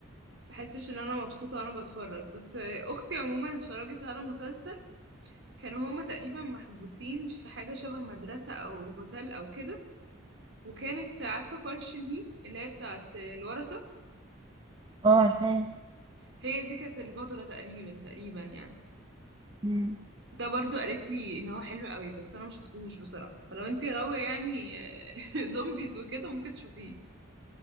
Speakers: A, on the right (about 55°); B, on the right (about 25°).
A: بحسش ان انا مبسوطة وانا بتفرج بس اختي عموما اتفرجت على مسلسل كانوا هما تقريبا محبوسين في حاجة شبه مدرسة او هوتيل او كده وكانت عارفة بارك شين هي اللي هي بتاعت الورثة
B: اه عارفاه
A: هي دي كانت البطلة تقريبا تقريبا يعني
B: مم.
A: ده برضو قالت لي ان هو حلو قوي بس انا ما شفتهوش بصراحه فلو انتي غاويه يعني <laughs> زومبيز وكده ممكن تشوفيه